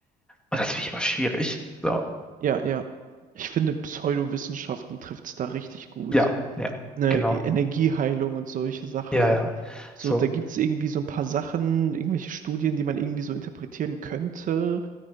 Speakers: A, in the centre; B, on the right (about 50°).
A: und das finde ich immer schwierig. So,
B: Ja, ja. Ich finde, Pseudowissenschaften trifft es da richtig gut.
A: ja, ja,
B: Ne,
A: genau.
B: Energieheilung und solche Sachen.
A: Ja, ja.
B: So,
A: So,
B: da gibt es irgendwie so ein paar Sachen, irgendwelche Studien, die man irgendwie so interpretieren könnte,